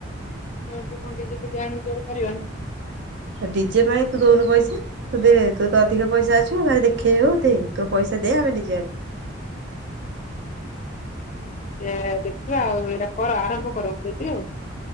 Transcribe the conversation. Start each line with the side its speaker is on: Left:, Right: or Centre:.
Left: ଏ ବର୍ଷ କଣ ଡିଜେ ଫିଡେ ଆଣି କରିବନା କଣ
Right: ଡିଜେ ପାଇଁ ତୁଦଉନୁ ପଇସା ତୁ ଦେ ତୁ ତ ଅଧିକ ପଇସା ଅଛି ଭାରି ଦେଖେଇ ହଉ ଦେ ତୋ ପଇସା ଦେ ଆମେ ଡିଜେ ଆଣିବୁ
Left: ସେ ଦେଖିବା ଆଉ ଏଇରା କର ଆରମ୍ଭ କର ମୁଁ ଦେବି ଆଉ